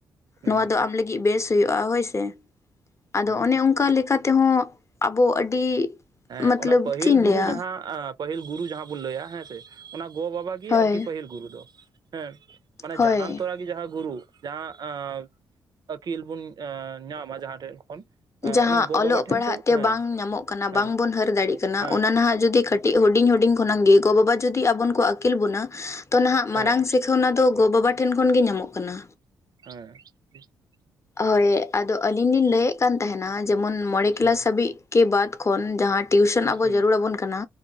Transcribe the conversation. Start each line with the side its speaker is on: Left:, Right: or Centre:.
Right: ᱦᱩᱸ
Left: ᱱᱚᱣᱟ ᱫᱚ ᱟᱢ ᱞᱟᱹᱜᱤᱫ ᱵᱮᱥ ᱦᱩᱭᱩᱜᱼᱟ ᱦᱳᱭᱥᱮ ᱟᱫᱚ
Right: ᱦᱮᱸ
Left: ᱚᱱᱮ ᱚᱱᱠᱟ ᱞᱮᱠᱟᱛᱮᱼᱼ ᱛᱮᱦᱚᱸ, ᱟᱵᱚ ᱟᱹᱰᱤ
Right: ᱦᱮᱸ
Left: ᱢᱚᱛᱞᱚᱵ
Right: ᱚᱱᱟ ᱯᱟᱹᱦᱤᱞ
Left: ᱪᱮᱫ ᱤᱧ
Right: ᱜᱩᱨᱩ
Left: ᱞᱟᱹᱭᱟ
Right: ᱡᱟᱦᱟᱸ ᱩᱦ ᱯᱟᱹᱦᱤᱞ ᱜᱩᱨᱩ ᱡᱟᱦᱟᱸ ᱵᱚᱱ ᱞᱟᱹᱭᱟ, ᱦᱮᱸ ᱥᱮ, ᱚᱱᱟ ᱜᱚᱼᱵᱟᱵᱟᱟᱜ ᱜᱮ
Left: ᱦᱳᱭ
Right: ᱟᱨᱠᱤ ᱯᱟᱹᱦᱤᱞ ᱜᱩᱨᱩ ᱫᱚ᱾ ᱦᱮᱸ ᱢᱟᱱᱮ
Left: ᱦᱳᱭ
Right: ᱡᱟᱱᱟᱢ ᱛᱳᱨᱟ <unintelligible> ᱡᱟᱦᱟᱸ ᱜᱩᱨᱩ ᱡᱟᱦᱟᱸ ᱟᱸᱻᱟᱹᱠᱤᱞ ᱵᱚᱱ ᱟᱸᱻ ᱧᱟᱢᱟ ᱡᱟᱦᱟᱸ ᱴᱷᱮᱱ ᱠᱷᱚᱱ᱾ ᱟᱸ
Left: ᱡᱟᱦᱟᱸ
Right: ᱚᱱᱟ ᱜᱚ
Left: ᱚᱞᱚᱜ
Right: ᱵᱟᱵᱟ ᱴᱷᱮᱱ
Left: ᱯᱟᱲᱦᱟᱜ
Right: ᱠᱚ
Left: ᱛᱮ
Right: ᱦᱮᱸ
Left: ᱵᱟᱝ ᱧᱟᱢᱚᱜ ᱠᱟᱱᱟ <inaudible> <unintelligible>
Right: ᱦᱮᱸ
Left: ᱵᱟᱝ ᱵᱚᱱ ᱦᱟᱹᱨ ᱫᱟᱲᱮᱭᱟᱜ ᱠᱟᱱᱟ
Right: ᱦᱮᱸ
Left: ᱚᱱᱟ ᱱᱟᱦᱟᱜ ᱡᱩᱫᱤ ᱠᱟᱹᱴᱤᱡ ᱦᱩᱰᱤᱧ ᱦᱩᱰᱤᱧ ᱠᱷᱚᱱᱟᱜ ᱜᱮ ᱜᱚ ᱵᱟᱵᱟ ᱡᱩᱫᱤ ᱟᱵᱚ ᱠᱚ ᱟᱹᱠᱤᱞ ᱵᱚᱱᱟ ᱛᱚ ᱱᱟᱦᱟᱜ
Right: ᱦᱮᱸ
Left: ᱢᱟᱨᱟᱝ ᱥᱤᱠᱷᱟᱹᱣᱱᱟ ᱫᱚ ᱜᱚ ᱵᱟᱵᱟ ᱴᱷᱮᱱ ᱠᱷᱚᱱ ᱜᱮ ᱧᱟᱢᱚᱜ ᱠᱟᱱᱟ
Right: ᱦᱮᱸ ᱴᱷᱤᱠ <unintelligible>
Left: ᱦᱳᱭ ᱟᱫᱚ ᱟᱹᱞᱤᱧ ᱞᱤᱧ ᱞᱟᱹᱭᱮᱫ ᱠᱟᱱ ᱛᱟᱦᱮᱱᱟ, ᱡᱮᱢᱚᱱ ᱢᱚᱬᱮ ᱠᱮᱞᱟᱥ
Right: ᱦᱩᱸ
Left: ᱦᱟᱹᱵᱤᱡ ᱠᱮ ᱵᱟᱫᱽ ᱠᱷᱚᱱ ᱡᱟᱦᱟᱸ, ᱴᱤᱭᱩᱥᱚᱱ ᱟᱵᱚ
Right: ᱦᱩᱸ
Left: ᱡᱟᱹᱨᱩᱲ ᱟᱵᱚᱱ ᱠᱟᱱᱟ